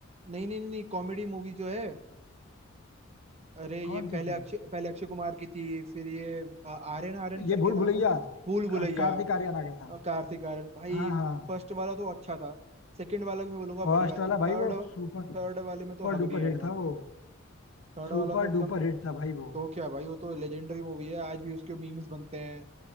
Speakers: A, on the right; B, on the left.
A: नहीं नहीं नहीं कॉमेडी मूवी जो है अरे ये
B: कौन
A: पहले
B: सी थी
A: अक्षय पहले अक्षय कुमार की थी फिर ये आ, आर्यन आर्यन
B: ये
A: करके
B: भूल
A: नाम
B: भुलैया
A: है ना भूल भुलैया
B: का- कार्तिक आर्यन आ गया था
A: और कार्तिक आर्यन भाई
B: हाँ हाँ
A: फर्स्ट वाला तो अच्छा था सेकंड वाला भी मैं बोलूंगा
B: फर्स्ट
A: बढ़िया था
B: वाला भाई
A: थर्ड
B: वो सुपर
A: थर्ड
B: सुपर
A: वाले में तो हक
B: डुपर
A: दिया है
B: हिट
A: इन्होंने
B: था वो
A: थर्ड
B: सुपर
A: वाला तो एकदम
B: डुपर हिट था भाई वो
A: तो क्या भाई वो तो लेजेंडरी मूवी है आज भी उसके मीम्स बनते हैं